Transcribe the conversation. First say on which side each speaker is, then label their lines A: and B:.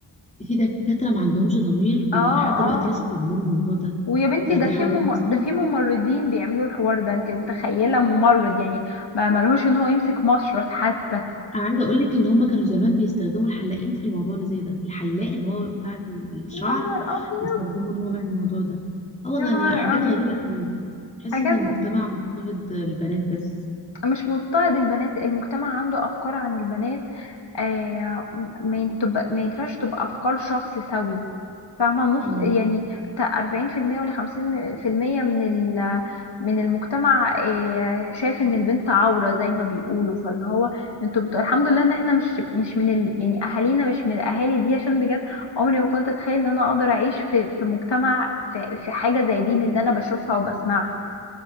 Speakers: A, on the left (about 15°); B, on the left (about 70°).
A: في دكاترة ما عندهمش ضمير بي-
B: اه
A: لحد دلوقتي
B: اه
A: لسه بيعملوا الموضوع ده
B: ويا بنتي
A: فده
B: ده في
A: حرام
B: مم...
A: أصلا
B: ده في ممرضين بيعملوا الحوار ده انت متخيلة ممرض يعني ما ملهوش ان هو يمسك مشرط حتى
A: انا عايزه اقول لك ان هم كانوا زمان بيستخدموا الحلاقين في الموضوع اللي زي ده الحلاق اللي هو بتاع ال- الشعر
B: يا نهار ابيض
A: بيستخدموا ان هو يعمل الموضوع ده اه والله
B: يا نهار
A: انا حاجات
B: ابيض
A: غريبه قوي تحس
B: حاجات
A: ان المجتمع مضطهد البنات بس
B: مش مضطهد البنات المجتمع عنده افكار عن البنات آه ما ين- تبقى- ما ينفعش تبقى افكار شخص سوي فاهمة نص
A: امم
B: يعني بتاع 40% ولا 50% من ال من المجتمع آه، شايف ان البنت عورة زي ما بيقولوا فاللي هو انتوا بتقول الحمد لله ان احنا مش مش من ال يعني اهالينا مش من الاهالي دي عشان بجد عمري ما كنت اتخيل ان انا اقدر اعيش في في مجتمع في, في حاجة زي دي من اللي انا بشوفها وبسمعها